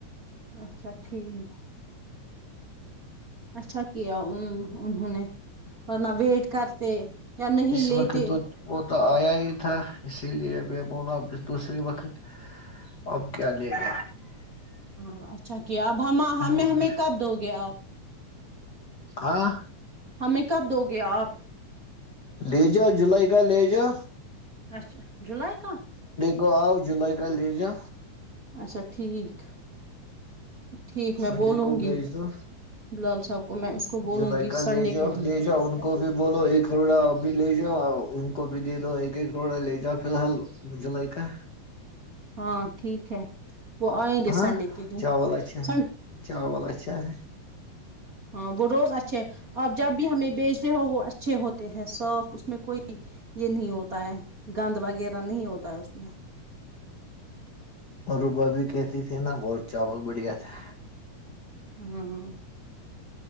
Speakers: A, on the right (about 35°); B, on the left (about 45°).
A: اچھا ٹھیک اچھا کیا ان انہوں نے ورنہ ویٹ کرتے یا نہیں
B: اس
A: لیتے
B: وقت تو وہ تو آیا ہی تھا اسی لیے میں بولا دوسرے وقت اب کیا لے گ
A: ہاں اچھا کہ اب ہم ہم
B: ادھر
A: ہمیں کب دو گے آپ
B: ہاں
A: ہمیں کب دو گے آپ
B: لی جا جولائی گ لے جوو
A: اچھا جولائی کا
B: گ آؤ جلئی کا لیجا
A: اچھا ٹھیک ٹھیک میں
B: سنڈے
A: بولوں
B: کو
A: گی
B: بھیج دو
A: بلال صاحب کو میں اس کو بولوں
B: جولائی
A: گی
B: کا
A: سنڈے
B: لے جاؤ
A: کے دن
B: لے جاؤ ان کو بھی بولو ایک کروڑا ا بھی لے جاؤ کو بھی دے دو ایک ایک تھوڑا لے جاؤ فی الحال مجھ ل کا
A: ہاں ٹھیک ہے وہ آئیں گے
B: ہاں
A: سنڈے کے دن
B: چاول اچھا
A: سن
B: ہے چاول اچھا ہے
A: ہاں وہ روز اچھے آپ جب بھی ہمیں بھیچ سے ہو وہ اچھے ہوتے ہیں صاف اس میں کوئی یہ نہیں ہوتا ہے گند وغیرہ نہیں ہوتا ہے اس میں
B: اروبع بھی کہتی تھی نا بت چاول بڑھیا تھا
A: ا <unintelligible> ہ